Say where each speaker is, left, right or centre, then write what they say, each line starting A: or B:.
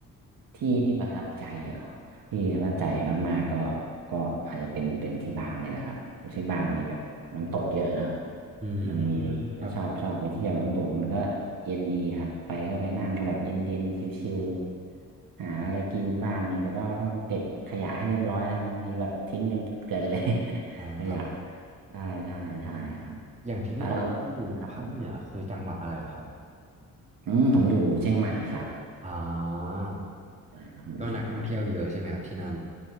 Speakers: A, on the right; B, on the right.
A: ที่ที่ประทับใจเหรอ ที่ว่าใจมากๆก็ก็อาจจะเป็นเป็นที่บ้านเนี่ยแหละครับเพราะที่บ้านมีแบบน้ำตกเยอะเนอะ
B: อืม
A: มัมีมีก็ชอบชอบไปเที่ยวน้ำตกมันก็เย็นดีครับไปก็ไปนั่งก็แบบเย็นเย็นชิว
B: ครับผม
A: ๆหาอะไรกินบ้างนี่แต่ก็ต้องเก็บขยะให้เรียบร้อยนะครับบางทีแบบทิ้งกันเกินเลย
B: อ่าครับ
A: <laughs> ขยะใช่ใช่ใช่ครับ
B: อย่างที่พี่บอกว่าพี่อยู่ภาคเหนือคือจังหวัดอะไรเหรอครับ
A: แล้วครับผมอืมผมอยู่เชียงใหม่ครับ
B: อ่า
A: ใช่ผมอยู่เชียงใหม่
B: ก็นักท่องเที่ยวเยอะใช่ไหมครับที่นั่น